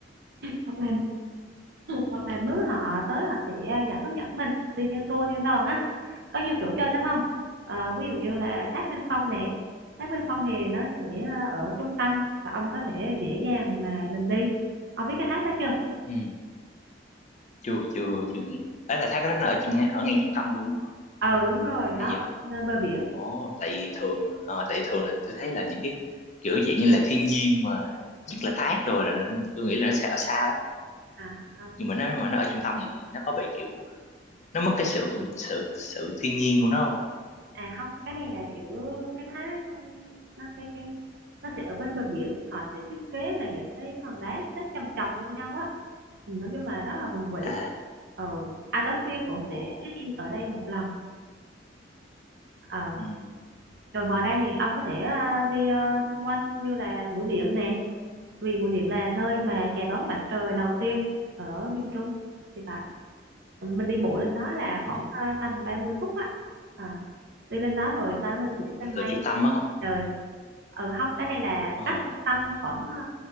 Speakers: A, on the right; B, on the left.
A: hoặc là hoặc là mướn họ tới họ sẽ ờ, dẫn hướng dẫn mình đi theo tour theo đoàn á. Có nhiều chỗ chơi lắm không? Ờ, ví dụ như là Thác Bên Phong nè. Thác Bên Phong thì nó sẽ ờ, ở trung tâm và ông có thể dễ dàng mà mình đi. Ông biết cái thác đó chưa?
B: Ừ. chưa chưa chưa nghe ấy là thác đó nó ở ngay- ở ngay trung tâm luôn hả?
A: ờ đúng rồi
B: hay
A: nó
B: giờ
A: ở nơi bờ biển
B: ồ tại vì thường ờ, tại vì thường là tôi thấy là những cái kiểu dạng như là thiên nhiên mà nhất là thác rồi là tôi nghĩ là nó sẽ ở xa lắm
A: à không
B: nhưng mà nó mà nó ở trung tâm thì nó có bị kiểu nó mất cái sự sự sự thiên nhiên của nó không ạ
A: à không cái này là kiểu cái thác nó cái cái nó sẽ ở bên bờ biển họ sẽ thiết kế là những cái hòn đá xếp chồng chồng lên nhau á ừ, nói chung là rất là hùng vĩ
B: à
A: ờ à tới phiên cũng sẽ
B: ồ
A: check in ở đây một lần ờ
B: ừ
A: rồi ngoài
B: ok
A: ra thì ông có thể ờ, đi ờ, xung quanh như là Mũi Điện nè vì Mũi Điện là nơi mà chào đón mặt trời đầu tiên ở miền Trung thì phải mình đi bộ lên đó là khoảng
B: ừ.
A: ờ, tầm 30 phút á à, đi lên đó rồi sau đó
B: ừ.
A: mình sẽ tăng
B: Nó từ
A: ngay
B: trung tâm á hả
A: trời ờ không cái này là
B: ờ
A: cách trung tâm khoảng ờ,